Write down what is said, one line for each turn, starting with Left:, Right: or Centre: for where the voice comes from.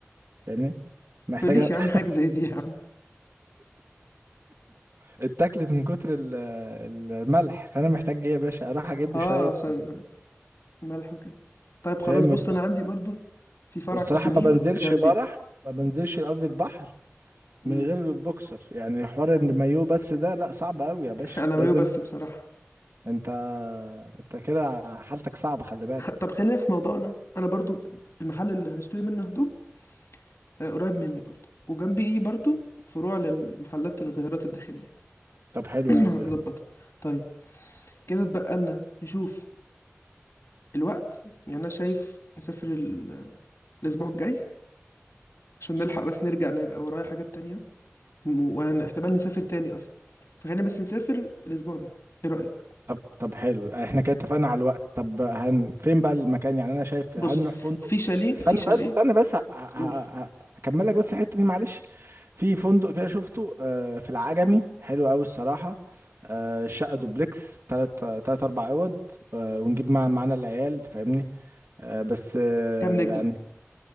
Right: فاهمني محتاجه
Left: تقوليش يا عم حاجه
Right: <laughs>
Left: زي دي يا عم
Right: اتاكلت من كتر ال- الملح فانا محتاج ايه يا باشا اروح اجيب
Left: اه
Right: لي شويه
Left: عشان ملح وكده طيب خلاص
Right: فاهم
Left: بص
Right: الب-
Left: انا عندي برضو في فرع
Right: والصراحه
Left: كوتونيل
Right: ما بنزلش
Left: جنبي
Right: برح ما بنزلش قصدي البحر
Left: مم.
Right: من غير البوكسر يعني حوار المايو بس ده لا صعب قوي يا باشا
Left: <laughs> انا
Right: لازم
Left: مايو بس بصراحه
Right: انت انت كده حالتك صعبه خلي بالك
Left: طب خلينا في موضوعنا انا برضو المحل اللي هنشتري منه هدوم آه، قريب مني برضو وجنبي ايه برضو فروع للمحلات الغيارات الداخليه
Right: طب حلو
Left: <clears throat>
Right: قوي ده
Left: نظبطها طيب كده اتبقى لنا نشوف الوقت يعني انا شايف نسافر ال- الاسبوع الجاي عشان نلحق بس نرجع انا يبقى ورايا حاجات تانية وانا احتمال نسافر تاني اصلا فخلينا بس نسافر الاسبوع ده ايه رأيك
Right: طب طب حلو احنا كده اتفقنا على الوقت طب هن فين بقى المكان يعني انا شايف
Left: بص
Right: هنروح فندق
Left: في شاليه
Right: استنى
Left: في شاليه
Right: بس استنى بس ه... ه... ه...
Left: قول
Right: ه- هكمل لك بس الحتة دي معلش في فندق كده شفته آه، في العجمي حلو قوي الصراحة آه، الشقة دوبلكس تلات تلات أربع أوض آه، ونجيب مع معانا العيال فاهمني آه، بس آه،
Left: كام نجمة
Right: يعني